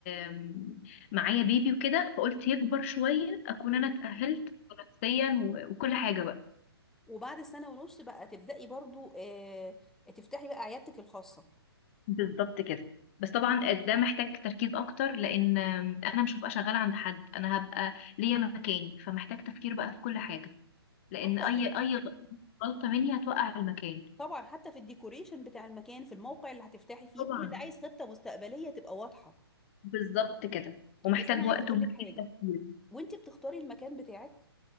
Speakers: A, on the left; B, in the centre.
A: آم، معايا بيبي وكده فقلت يكبر شويه اكون
B: مم.
A: انا اتاهلت نفسيا و- وكل حاجه بقى
B: وبعد سنة ونص بقى تبدأي برضو آه، تفتحي بقى عيادتك الخاصة
A: بالظبط كده بس طبعا ده محتاج تركيز اكتر لان انا مش هبقى شغاله عند حد انا هبقى ليا مكاني فمحتاج تفكير بقى في كل حاجه لان
B: حتى
A: اي
B: في
A: اي غلطه مني هتوقع المكان
B: طبعا حتى في الديكوريشن بتاع المكان في الموقع اللي هتفتحي فيه
A: طبعا
B: كل ده عايز خطة مستقبلية تبقى واضحة
A: بالظبط كده ومحتاج
B: بس انا عايزة
A: وقت
B: اقول
A: ومحتاج
B: لك حاجة
A: تفكير
B: وانت بتختاري المكان بتاعك